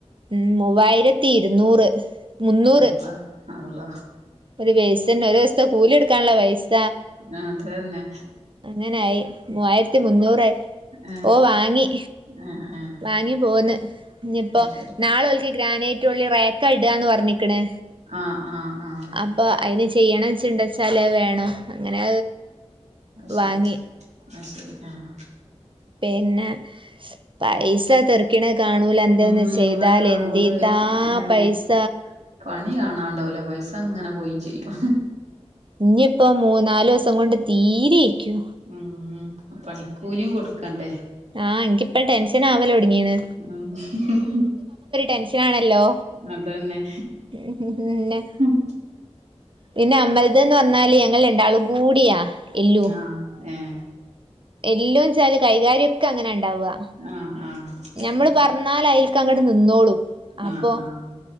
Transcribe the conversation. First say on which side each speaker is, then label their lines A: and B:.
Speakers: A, on the right; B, on the right.
A: ഉം മൂവായിരത്തി ഇരുന്നൂറ് മുന്നൂറ്
B: അള്ള അള്ള
A: ഒരു ബെയ്സ്ന്ന ഒരു ദിവസത്തെ കൂലി കൊടുക്കാനുള്ള പൈസ
B: അതന്നെ
A: അങ്ങനായി മൂവായിരത്തി മുന്നൂറായി
B: ആഹ്
A: ഓ വാങ്ങി
B: ആഹ് ആഹ്
A: വാങ്ങി പോന്ന് ഇഞ്ഞ്പ്പോ
B: ശരി
A: നാളെ ഒൽക്ക് ഗ്രാനൈറ്റ് ഉള്ളിൽ റേക്ക ഇടാന്ന് പറഞ്ഞിക്ക്ണ്
B: ആഹ് ആഹ് ആഹ്
A: അപ്പൊ അയ്ന് ചെയ്യണം ചിണ്ടച്ചാല് അത് വേണം അങ്ങനെ
B: അത്ശരി
A: വാങ്ങി
B: അത്ശരി ആഹ്
A: പിന്നെ പൈസ തർക്ക ക്കിണ കാണൂല എന്തേഒന്ന്
B: ഉം
A: ചെയ്താൽ
B: അത് കാണൂലേ
A: എന്തീതാ
B: ഉം
A: പൈസ
B: പണി കാണാണ്ടാവൂല പൈസ അങ്ങനെ പോയും ചെയ്യും
A: ഇനിയിപ്പോ മൂന്നാലു ദിവസം കൊണ്ട് തീരേക്കു
B: ഉം പണിക്കൂലിയും കൊടുക്കണ്ടേ
A: ആഹ് എനിക്കിപ്പം ടെൻഷന് ആവലൊട്ങ്ങീണ്
B: ഉം
A: ടെൻഷനാണല്ലോ
B: അതന്നെ
A: പിന്നെ
B: <inaudible>
A: പിന്നെ അമ്മൾത് ന്ന് പറഞ്ഞാല് ഞങ്ങൾ രണ്ടാളും കൂടിയാ എല്ലോ
B: ആഹ് ഏഹ്
A: എല്ലോൻച്ചാല് കൈകാര്യൊക്കെ അങ്ങനെ ഉണ്ടാവുക
B: ആഹ് ആഹ്
A: ഞമ്മള്
B: ശരി
A: പറഞ്ഞാല് അയ്ൽക്ക് അങ്ങട്ട് നിന്നോളൂ അപ്പൊ
B: ആഹ് ആഹ്